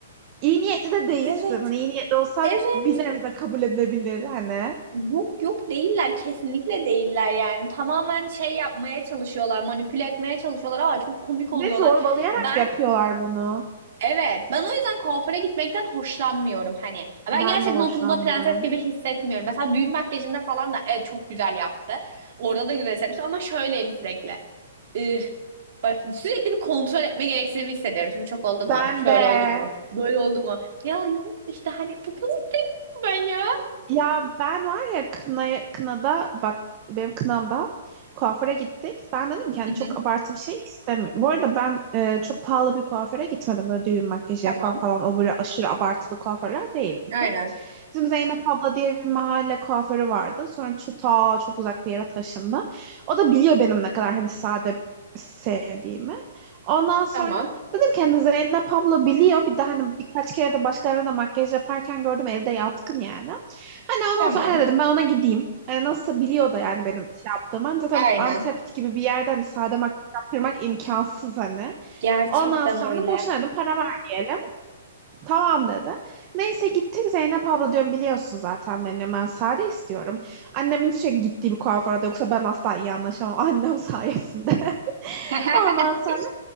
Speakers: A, on the right (about 35°); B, on the right (about 60°).
A: iyi niyetli de değilsin.
B: Evet,
A: Hani iyi niyetli olsan
B: evet.
A: bir nebze kabul edilebilir hani.
B: Yok yok değiller, kesinlikle değiller yani. Tamamen şey yapmaya çalışıyorlar, manipüle etmeye çalışıyorlar ama çok komik oluyorlar.
A: Ve zorbalayarak
B: Ben
A: yapıyorlar bunu.
B: Evet, ben o yüzden kuaföre gitmekten hoşlanmıyorum hani. Ben
A: Ben
B: gerçekten
A: de hoşlanmıyorum.
B: oturduğumda prenses gibi hissetmiyorum. Mesela düğün makyajında falan da evet, çok güzel yaptı. Orada da güzel hissetmiştim ama şöyleyim sürekli. Üf, bak sürekli bir kontrol etme gereksinimi hissediyorum. Şimdi çok oldu
A: Ben
B: mu? Şöyle
A: de.
B: oldu mu? Böyle oldu mu? Ya yok işte hani bu- bunu istemiyorum ben ya.
A: Ya ben var ya kınaya, kınada bak benim kınamda kuaföre gittik. Ben dedim ki hani
B: Hı hı,
A: çok abartı bir şey istemiyorum. Bu arada ben e, çok pahalı bir kuaföre gitmedim. Böyle düğün makyajı
B: tamam.
A: yapan falan o böyle aşırı abartılı kuaförler değildi.
B: Aynen.
A: Bizim Zeynep abla diye bir mahalle kuaförü vardı. Sonra şu ta çok uzak bir yere taşındı. O da biliyor benim ne kadar hani sade sevdiğimi. Ondan sonra
B: Tamam.
A: dedim ki hani Zeynep abla biliyor. Bir de hani birkaç kere de başkalarına da makyaj yaparken gördüm elde yatkın yani. Hani ondan
B: Tamam.
A: sonra anne dedim ben ona gideyim. Hani nasılsa biliyor da yani benim şey yaptığımı. Hani zaten
B: Aynen.
A: Antep gibi bir yerden sade makyaj yaptırmak imkansız hani.
B: Gerçekten
A: Ondan sonra
B: öyle.
A: boşuna dedim para vermeyelim. Tamam dedi. Neyse gittik Zeynep abla diyorum biliyorsun zaten beni diyorum, ben sade istiyorum. Annemin sürekli gittiği bir kuaföre de yoksa ben asla iyi anlaşamam annem sayesinde. <laughs>
B: <laughs>
A: Ondan sonra